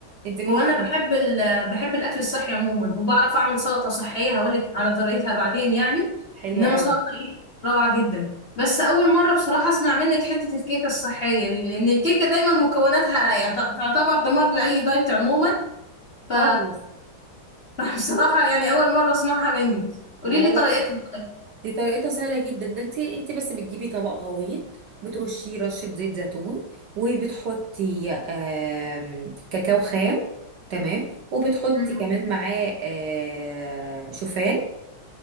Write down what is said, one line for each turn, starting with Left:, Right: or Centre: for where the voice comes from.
Right: انت ممكن
Left: هو انا بحب ال... بحب الاكل الصحي عموما وبعرف اعمل سلطه صحيه هقولك على طريقتها بعدين يعني
Right: حلوه
Left: انما
Right: قوي
Left: سلطه ايه روعه جدا بس اول مره بصراحه اسمع منك حته الكيكه الصحيه دي لان الكيكه دايما مكوناتها يعت- تعتبر دمار لاي دايت عموما ف
Right: خالص
Left: <laughs> بصراحه يعني اول مره اسمعها منك قولي
Right: لا
Left: لي
Right: لا
Left: طريقتها
Right: دي طريقتها سهلة جدا ده انت انت بس بتجيبي طبق غويط بترشيه رشة زيت زيتون وبتحطي آم، كاكاو خام تمام وبتحطي
Left: مم.
Right: كمان معاه آه، شوفان